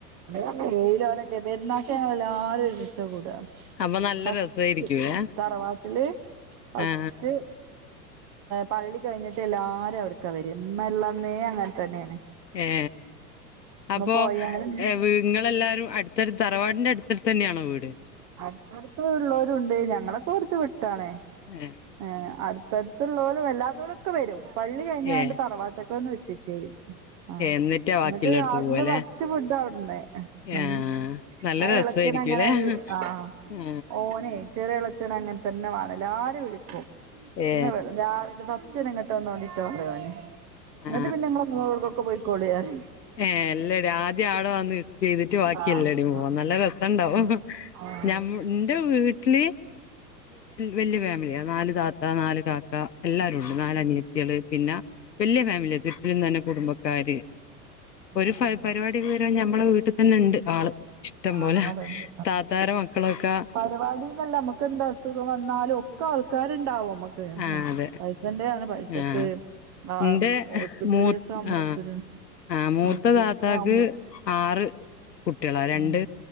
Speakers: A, on the right; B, on the left.
A: അങ്ങനേയിലോനൊക്കെ പെരുന്നാക്ക് ഞങ്ങളെല്ലാരും ഒരുമിച്ച കൂട
B: അപ്പൊ നല്ല
A: ഫസ്റ്റ്
B: രസായിരിക്കൂലേ
A: തറവാട്ടില് ഫസ്റ്റ്
B: ആ
A: പള്ളി കഴിഞ്ഞിട്ട് എല്ലാരും അവിടക്ക വര. ഇമ്മള്ളന്നേ അങ്ങൻതന്നേണ്
B: ഏ അപ്പോ
A: പോയാലും
B: ഏ വീ ങ്ങളെല്ലാരും അട് തർ തറവാടിന്റെ അടുത്ത അടുത്തന്നെയാണോ വീട്?
A: അടുത്തടുത്ത് ളേളാരുണ്ട്. ഞങ്ങളൊക്കെ കൊർച്ച് വിട്ടാണ്
B: ഏഹ്
A: ഏ അടുത്തടുത്തുള്ളോലും അല്ലാത്തോലൊക്കെ വരും. പള്ളി കഴിഞ്ഞാണ്ട്
B: ഏ
A: തറവാ അൊക്കെ ഒന്ന് വെിട്ടേും <unintelligible> ആഹ്
B: എന്നിട്ടാ
A: എന്നിട്ട്
B: ബാക്കിയുള്ളടത്ത്
A: അവിടുന്ന്
B: പോവല്ലേ
A: ഫസ്റ്റ് ഫുഡ് അവിടന്ന ഉം.
B: ആ നല്ല
A: ആ
B: രസമായിരിക്കുംല്ലേ
A: ഇളച്ചന അങ്ങനെ ഒരു ആ
B: ആ
A: ഓനെ ചെറ്യ എളച്ചനങ്ങൻതന്ന വാണം എല്ലാരും വിളിക്കും.
B: ഏ
A: ന്ന് വ രാവിലെ ഫസ്റ്റന്നെ ഇങ്ങ ട്ടൊന്നോണ്ടിട്ടോറ്യാന്. ന്നിട്ട്
B: ആ
A: പിന്നെ ങ്ങള് ങ്ങളോട്ക്കൊക്കെ പോയ്ക്കോള്യറ്യും
B: ഏ എല്ലട്യം ആദ്യം ആട വന്ന് വിസ്റ്റ് ചെയ്തിട്ട് ബാക്ക്യല്ലട്യും
A: ആഹ്
B: പോവാ.
A: ആഹ്
B: നല്ല രസണ്ടാവും
A: ആഹ് ആഹ്
B: ഞമ്മ ന്റെ വീട്ടില് വല്യ ഫാമിലിയ നാല് താത്ത നാല് കാക്ക എല്ലാരുംണ്ട്. നാലനിയത്തിയള്, പിന്നെ വല്യ ഫാമിലിയ ചുറ്റിലും തന്നെ കുടുംബക്കാര് ഒരു
A: ആഹ്
B: പരിപാടി വരു നമ്മെ വീട്ടിൽ തന്നെ ഉണ്ട് ആള് ഇഷ്ടം
A: ആ
B: പോലെ
A: അതണ്ട്
B: താത്താരെ മക്കളൊക്കെ
A: പരിപാടിന്നല്ല നമ്മുക്ക് എന്താ സുഖം വന്നാലും ഒക്കെ ആൾക്കാരുണ്ടാവും നമ്മക്ക്
B: ആ അതെ
A: പൈസന്റെയാണ് പൈസക്ക്.
B: ആ
A: ആഹ്
B: എന്റെ
A: ഹോസ്പിറ്റൽ
B: മൂ
A: കേസ് ആവുമ്പോ
B: ആഹ്
A: ഹോസ്പിറ്റൽ
B: ആ മൂത്ത
A: മറ്റേ
B: താത്താക്ക്
A: ഇങ്ങനെ ആവുമ്പോ
B: ആറ് കുട്ടികളാ രണ്ട്
A: ഉം